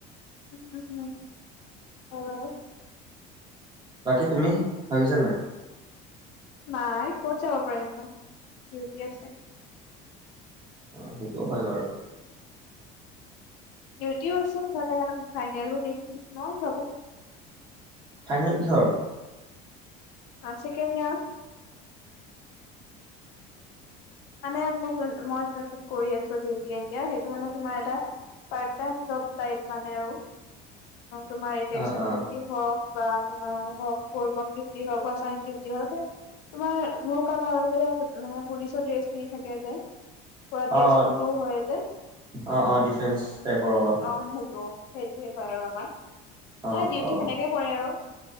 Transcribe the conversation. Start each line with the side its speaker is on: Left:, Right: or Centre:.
Left: উম, উম, উম, অ'।
Right: বাকী তুমি ভাবিছা নাই?
Left: নাই ক'ত যাব পাৰিম মই ডিউটি আছে।
Right: অ' সেইটো হয় বাৰু।
Left: ডিউটিও আছে মানে ফাইনেলো দিম নোৱাৰো যাব।
Right: ফাইনেল কিহৰ?
Left: আছিকে নিয়া। মানে মোৰ মই যোনটোত কৰি আছো ডিউটি এতিয়া সেইটো মানে তোমাৰ এটা part time job side type মানে আৰু তোমাৰ ইলেকচন
Right: অ' অ'।
Left: ডিউটি হওঁক। বা তোমাৰ হওঁক বলবম ডিউটি হওঁক বা চাইউটিচ হওঁক। তোমাৰ ঢৌ কালা যে মানে পুলিচৰ ড্ৰেছ পিন্ধি থাকে যে পৰা ড্ৰেছটো
Right: অ'
Left: ব্লু হয় যে
Right: অ' অ' ডিফেন্স টাইপৰ অলপ।
Left: অ' সেইটো। সেইটোয়ে হয় আৰু আমাৰ
Right: অ'
Left: হে ডিউটি
Right: অ'।
Left: সেনেকে পৰে আৰু